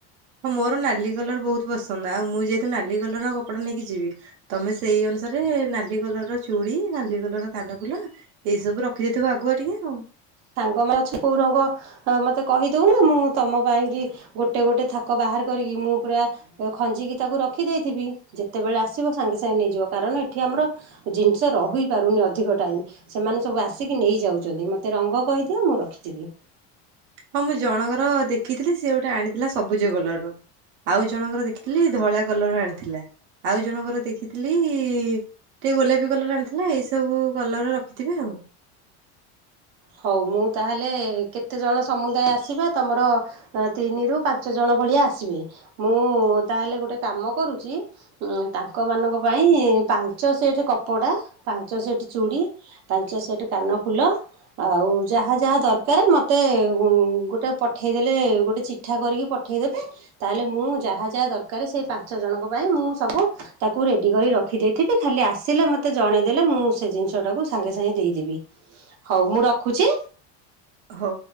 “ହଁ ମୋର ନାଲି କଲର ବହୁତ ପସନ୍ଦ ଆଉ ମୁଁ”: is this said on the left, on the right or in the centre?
Right